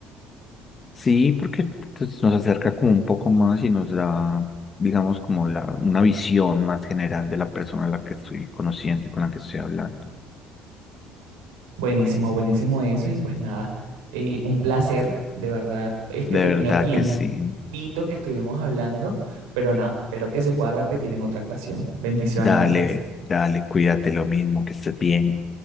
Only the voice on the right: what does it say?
Buenísimo, buenísimo eso. Y pues nada, eh, un placer, de verdad, este
pequeño
tiempito
que estuvimos hablando, pero nada, espero que se pueda repetir en otra ocasión. Bendiciones,
Andrés.